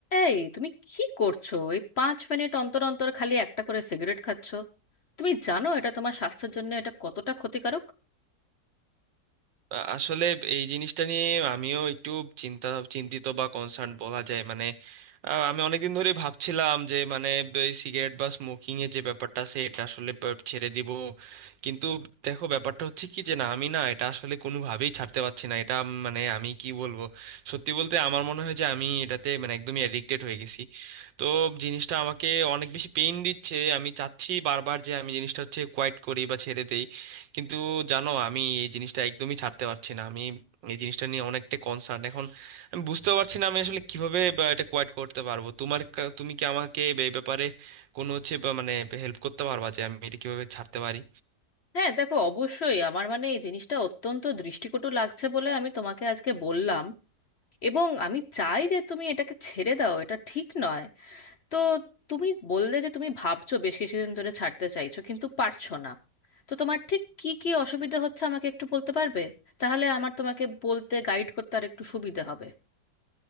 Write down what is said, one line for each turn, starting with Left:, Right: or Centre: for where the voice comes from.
Left: এই তুমি কি করছো এই পাঁচ মিনিট অন্তর অন্তর খালি একটা করে সিগারেট খাচ্ছ তুমি জানো এটা তোমার স্বাস্থ্যের জন্য এটা কতটা ক্ষতিকারক
Right: আ- আসলে এই জিনিসটা নিয়ে আমিও একটু চিন্তা চিন্তিত বা কনসার্ন বলা যায় মানে আ, আমি অনেকদিন ধরে ভাবছিলাম যে মানে এই সিগারেট বা স্মোকিং এর যে ব্যাপারটা আছে এটা আসলে প- ছেড়ে দিব কিন্তু দেখো ব্যাপারটা হচ্ছে কি যে না আমি না এটা আসলে কোনোভাবেই ছাড়তে পারছি না এটা উম, মানে আমি কি বলবো সত্যি বলতে আমার মনে হয় যে আমি এটাতে মানে একদমই অ্যাডিক্টেড হয়ে গেছি তো জিনিসটা আমাকে অনেক বেশি পেইন দিচ্ছে আমি চাচ্ছি বারবার যে আমি জিনিসটা হচ্ছে কোয়াইট করি বা ছেড়ে দেই কিন্তু জানো আমি এই জিনিসটা একদমই ছাড়তে পারছি না আমি এই জিনিসটা নিয়ে অনেকটা কনসার্ন এখন আমি বুঝতেও পারছি না আমি আসলে কিভাবে বা এটা কোয়াইট করতে পারবো তোমার কা- তুমি কি আমাকে এই ব্যাপারে কোনো হচ্ছে বা মানে হেল্প করতে পারবা যে আমি এটা কিভাবে ছাড়তে পারি
Left: হ্যাঁ দেখো অবশ্যই আমার মানে এই জিনিসটা অত্যন্ত দৃষ্টিকটু লাগছে বলে আমি তোমাকে আজকে বললাম এবং আমি চাই যে তুমি এটাকে ছেড়ে দাও এটা ঠিক নয় তো তুমি বললে যে তুমি ভাবছো বেশ কিছুদিন ধরে ছাড়তে চাইছো কিন্তু পারছো না তো তোমার ঠিক কি কি অসুবিধা হচ্ছে আমাকে একটু বলতে পারবে তাহলে আমার তোমাকে বলতে গাইড করতে আর একটু সুবিধা হবে